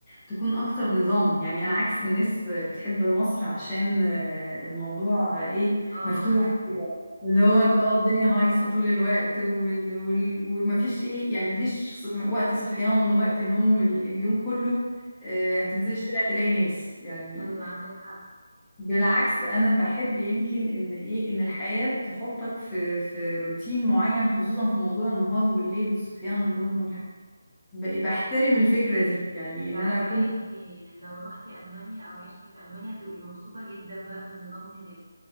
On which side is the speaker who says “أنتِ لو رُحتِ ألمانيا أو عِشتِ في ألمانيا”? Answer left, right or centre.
Right